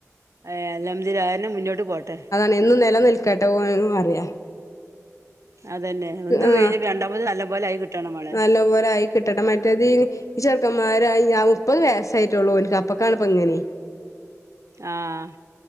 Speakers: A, on the right (about 65°); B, on the left (about 80°).
A: ഏ അൽഹംദില്ലാഹ് അഹെന്നെ മുന്നോട്ട് പോട്ടെ
B: നിന്നും നെലനിൽക്കട്ടെ ഓൻ അറിയ
A: അതന്നെ ഒന്ന്
B: ആഹ്
A: കഴിഞ്ഞപിന്നെ രണ്ടാമത് നല്ലപോലെ ആയി കിട്ടാണ് നമ്മളെ
B: നല്ല പോലായി കിട്ടട്ടെ മറ്റതീ ചെർക്കമ്മാരായി ആ മുപ്പത് വയസ്സായിട്ടൊള്ളൂ ഓന്ക്ക് അപ്പ കാണ്പ്പ അങ്ങനിം
A: ആഹ്